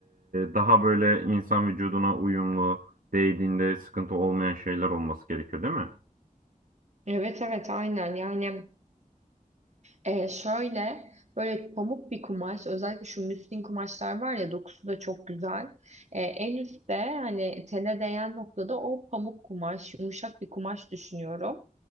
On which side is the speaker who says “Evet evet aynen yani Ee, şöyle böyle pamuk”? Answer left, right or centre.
Right